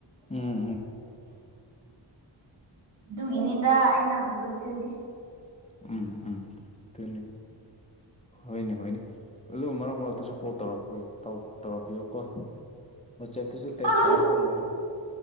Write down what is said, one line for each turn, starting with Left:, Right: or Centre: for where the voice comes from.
Left: ꯎꯪ ꯎꯪ
Right: ꯑꯗꯨꯒꯤꯅꯤꯗ ꯑꯩꯅ ꯍꯪꯕꯗꯨꯗꯤ
Left: ꯎꯝ ꯎꯝ ꯇꯨꯅꯦ ꯍꯣꯏꯅꯦ ꯍꯣꯏꯅꯦ ꯑꯗꯨ ꯃꯔꯛ ꯃꯔꯛꯇꯁꯨ ꯀꯣꯜ ꯇꯧꯔꯛ ꯄꯨꯏ ꯇꯧ ꯇꯧꯔꯛꯄꯤꯌꯨꯀꯣ ꯋꯥꯆꯦꯞꯇꯨꯁꯨ ꯇꯦꯛꯁ
Right: ꯁꯥꯁ
Left: ꯊꯥꯔꯛꯄ ꯌꯥꯏ